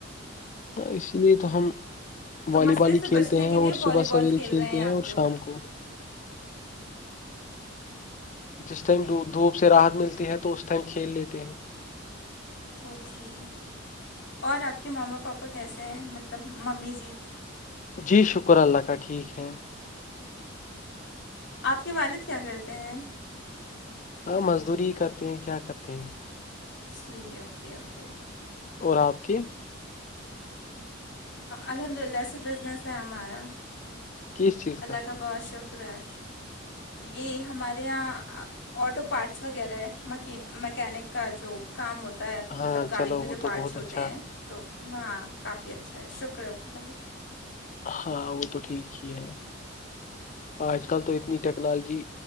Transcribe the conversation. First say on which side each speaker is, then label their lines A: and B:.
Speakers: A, on the left (about 40°); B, on the left (about 60°).
A: اسی لیے تو ہم
B: تو
A: والی
B: مسئلے
A: بال ہی
B: سے بچنے
A: کھیلتے ہیں
B: کے لیے
A: اور
B: والی
A: صبح
B: بال
A: سویرے
B: کھیل
A: کھیلتے
B: رہے آپ
A: ہیں اور
B: لوگ
A: شام کو جس ٹائم دھوپ سے رحت ملتی ہے تو اس ٹائم کھیل لیتے ہیں
B: اوکے اور آپ کے ماما پاپا کیسے ہیں مطلب ممی جی
A: جی شکر اللہ کا ٹھیک ہے
B: آپ کے والد کیا کرتے ہیں
A: ہاں مزدوری کرتے ہیں کیا کرتے ہیں
B: جی اوکے اوکے
A: اور آپ کی
B: الحمد للہ سے بزنس ہے ہمارا
A: کس چیز
B: اللہ کا بہت شکر ہے یہ ہمارے یہاں آٹو پارٹس وغیرہ ہے مک مکینک کا جو کام ہوتا ہے مطلب
A: ہاں
B: گاڑیوں
A: چلو
B: کے
A: وہ
B: جو پارٹس
A: تو بہت
B: ہوتے
A: اچھا
B: ہیں تو ہاں کافی اچھا ہے شکریہ ا کاائی
A: ہاں وہ تو ٹھیک ہی ہے آج کل تو اتنی ٹیکنالوجی